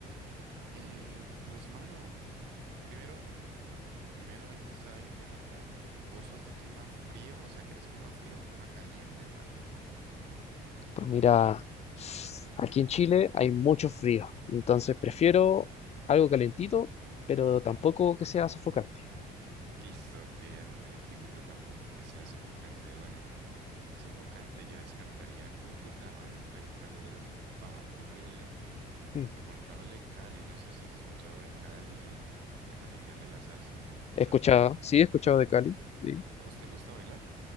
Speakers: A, on the right; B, on the left.
A: Eh, pues, mano, primero, primero hay que saber cómo vos sos de clima frío, o sea, ¿querés clima frío o clima caliente, mano?
B: Pues mira, aquí en Chile hay mucho frío, entonces prefiero algo calentito, pero tampoco que sea sofocante.
A: Listo, que algo calentico, pero tampoco que sea sofocante. Bueno, sofocante yo descartaría Cúcuta, mano, que ahí el calor es bajo, horrible.
B: Mm.
A: Aguantable Cali, no sé si has escuchado de Cali, la capital de la salsa, quizás.
B: He escuchado, sí, he escuchado de Cali, sí.
A: ¿A vos te gusta bailar?